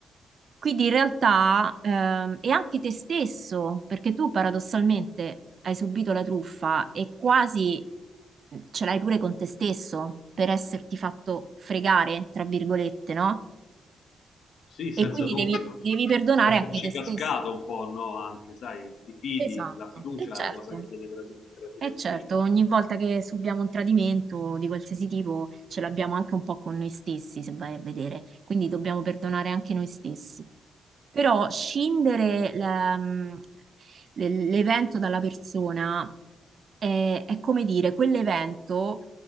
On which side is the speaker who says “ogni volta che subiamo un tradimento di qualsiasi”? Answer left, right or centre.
Right